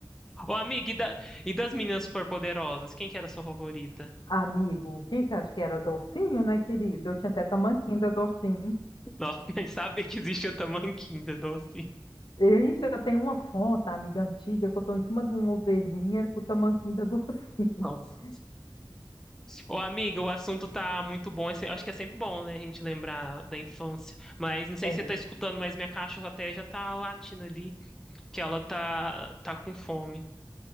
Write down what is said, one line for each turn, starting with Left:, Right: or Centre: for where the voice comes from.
Centre: Ô, amiga, e, da- e das meninas superpoderosas? Quem que era a sua favorita?
Left: Amigo, quem você acha que era docinho, né, querido? Eu tinha até tamanquinho da docinho.
Centre: Nossa, <laughs> nem sabe que existe a Tamanquinha, doce.
Left: E, Ixi, eu tenho uma foto, amiga antiga, que eu tô em cima de uma ovelhinha com o tamanquinho da docinho. <laughs>
Centre: Nossa. Ô, amiga, o assunto tá muito bom. Esse- Eu acho que é sempre bom, né, a gente lembrar da infância. Mas não sei
Left: É.
Centre: se você tá escutando, mas minha cachorra até já tá latindo ali, que ela tá, tá com fome.